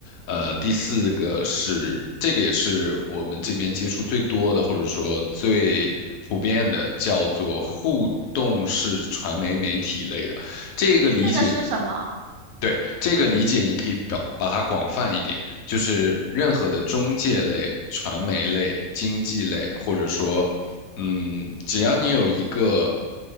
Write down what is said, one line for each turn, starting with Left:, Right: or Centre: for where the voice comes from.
Left: 呃，第四个是这个也是我们这边接触最多的，或者说最普遍的，叫做互动式传媒媒体类的。这个理解
Right: 这个是什么？
Left: 对，这个理解，你可以表把它广泛一点，就是任何的中介类、传媒类、经济类，或者说，嗯，只要你有一个